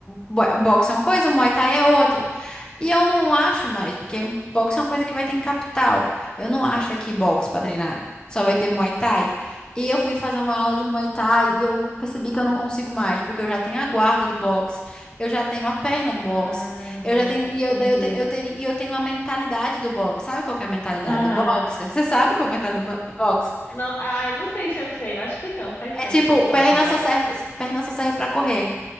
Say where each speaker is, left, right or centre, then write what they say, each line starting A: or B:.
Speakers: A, on the left; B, on the left.
A: bo- boxe é uma coisa, Muay Thai é outra. E eu não acho mais, porque boxe é uma coisa que vai ter em capital. Eu não acho aqui boxe pra treinar. Só vai ter Muay Thai. E eu fui fazer uma aula de Muay Thai e eu percebi que eu não consigo mais, porque eu já tenho a guarda do boxe, eu já tenho a perna do
B: Ah,
A: boxe, eu
B: vou
A: já tenho e eu,
B: entender.
A: daí eu, te- eu teria e eu tenho a mentalidade do boxe. Sabe qual que é a mentalidade
B: Haha.
A: do boxe? <laughs> Você sabe qual é a mentalidade do bo- do boxe?
B: Não, ah, não sei se eu sei, eu acho que não, faz
A: É
B: tempo
A: tipo,
B: que eu não
A: perna
B: faço boxe.
A: só serve, perna só serve para correr.